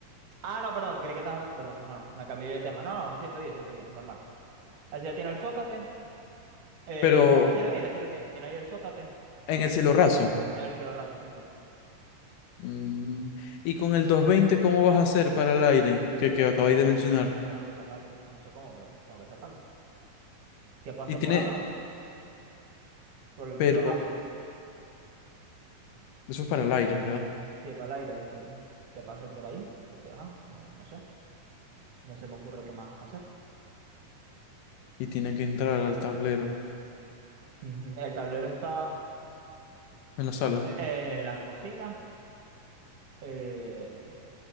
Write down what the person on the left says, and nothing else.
pero
en el cielo raso.
Mm, Y con el doscientos veinte ¿cómo vas a hacer para el aire que, que acabáis de mencionar?
Y tiene,
pero
eso es para el aire, ¿verdad?
Y tiene que entrar al tablero
en la sala.